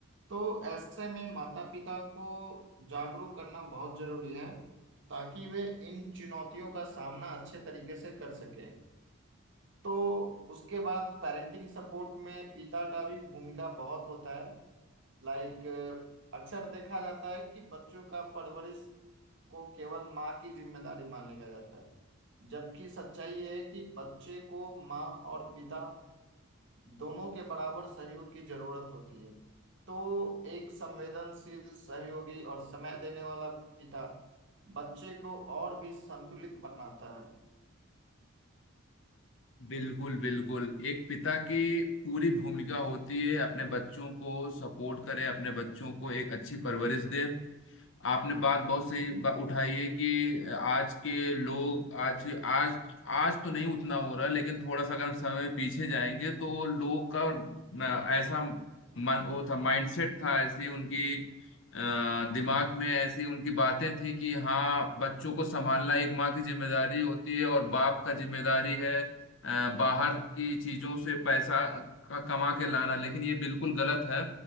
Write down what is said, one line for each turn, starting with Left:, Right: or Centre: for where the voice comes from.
Right: तो ऐसे में माता पिता को जागरूक करना बहुत जरूरी है ताकि वे इन चुनौतियों का सामना अच्छे तरीके से कर सकें तो उसके बाद पेरेंटिंग सपोर्ट में पिता का भी भूमिका बहुत होता है लाइक अक्सर देखा जाता है कि बच्चों का परवरिश को केवल माँ की जिम्मेदारी मान लिया जाता है जबकि सच्चाई यह है कि बच्चे को माँ और पिता दोनों के बराबर सहयोग की जरूरत होती है तो एक संवेदनशील सहयोगी और समय देने वाला पिता बच्चे को और भी संतुलित बनाता है
Left: बिल्कुल बिल्कुल एक पिता की पूरी भूमिका होती है अपने बच्चों को सपोर्ट करे अपने बच्चों को एक अच्छी परवरिश दे आपने बात बहुत सही बा, उठाई है कि आज के लोग आज आज आज तो नहीं उतना हो रहा लेकिन थोड़ा सा अगर हम समय पीछे जाएंगे तो लोग का न- ऐसा मन वो था माइंडसेट था ऐसी उनकी अ, दिमाग में ऐसी उनकी बातें थी कि हाँ बच्चों को संभालना एक माँ की जिम्मेदारी होती है और बाप का जिम्मेदारी है अ, बाहर की चीजों से पैसा का कमा के लाना लेकिन ये बिल्कुल गलत है